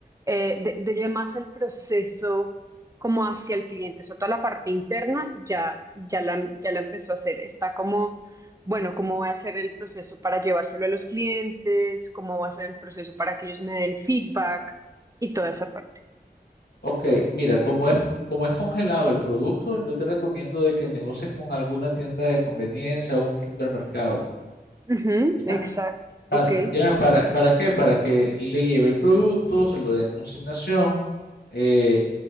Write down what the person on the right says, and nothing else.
eh, de, de ya más el proceso como hacia el cliente. O sea, toda la parte interna ya, ya la, ya la empezó a hacer. Está como, bueno, cómo va a ser el proceso para llevárselo a los clientes, cómo va a ser el proceso para que ellos me den feedback y toda esa parte.
Ujú,
exacto.
Ok.